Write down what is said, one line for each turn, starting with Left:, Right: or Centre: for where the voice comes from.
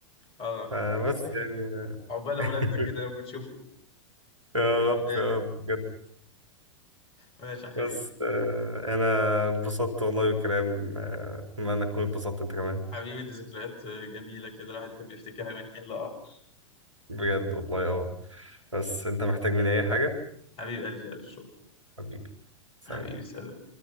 Left: اه
Right: فبس
Left: يا مسهل
Right: يعني
Left: عقبال
Right: <laughs>
Left: أولادنا كده لما تشوفوا
Right: يا
Left: في المدارس
Right: رب يا
Left: كده
Right: رب بجد
Left: ماشي يا حبيبي
Right: بس آه، انا اتبسطت والله بالكلام آه، اتمنى ان اكون اتبسطت انت كمان
Left: حبيبي دي ذكريات جميلة كده الواحد يحب يفتكرها من حين لآخر
Right: بجد والله اه بس انت محتاج مني اي حاجة
Left: حبيب قلبي ألف شكر
Right: حبيبي سلام
Left: حبيبي سلام